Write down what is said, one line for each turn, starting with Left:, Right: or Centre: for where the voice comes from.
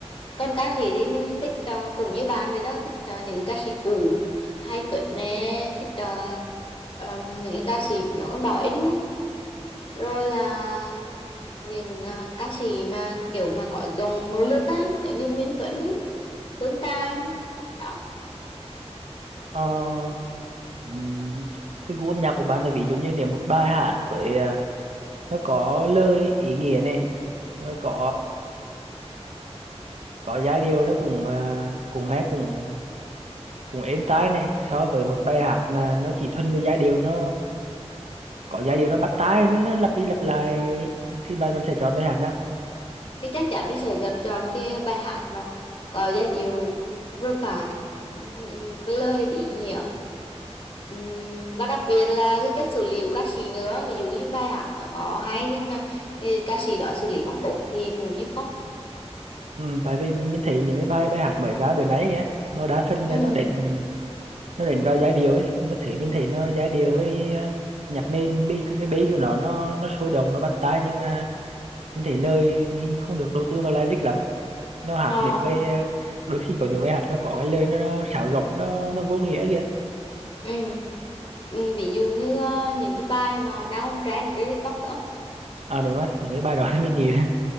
Left: còn ca sĩ thì mình thích ờ, cũng như bạn rồi đó thích ờ, những ca sĩ cũ Hai anh Tuấn nè thích ờ, ờm, những cái ca sĩ nhỏ Bảo Yến rồi là những ờ, ca sĩ mà kiểu mà có dòng nỗ lực á giống như Nguyễn Tuấn phương tam đó
Right: Ờ, ừm, cái gu âm nhạc của bạn này ví dụ như nếu một bài hát với ờ, nó có lời ý nghĩa này rồi có có giai điệu nó cũng à, cũng nghe cũng cũng êm tai này so với một bài hát mà nó chỉ thuần về giai điệu nó có giai điệu nó bắt tai với nó lặp đi lặp lại thì bạn bạn sẽ chọn bài hát nào
Left: thì chắc chắn mình sẽ chọn chọn cái bài hát mà có giai điệu vừa phải ừm, với lời thì ý nghĩa Ừm, và đặc biệt là cái cách xử lý của ca sĩ nữa ví dụ như bài hát đó hay nhưng mà ừ, ca sĩ đó xử lý không tốt thì cũng như khóc
Right: ừ, tại vì mình thấy những cái bài bài hát mới ra bữa nay kìa nó đa phần là
Left: ừ
Right: nó đến nó đến vào giai điệu ấy nó thấy mình thấy nó giai điệu với à, nhạc nền bi cái cái bi của nó nó nó sôi động nó bắt tai nhưng mà mình thấy lời hình như không được đầu tư vào lyric lắm nó hạt
Left: ờ
Right: những cái ờ, đôi khi có những bài hát nó có cái lời nó, nó sáo rỗng nó nó vô nghĩa kìa
Left: ừ Ừ, ví dụ như ờ, những cái bài mà đang on trend trên TikTok phải không
Right: à đúng rồi những cái bài đó thì mình nghĩ là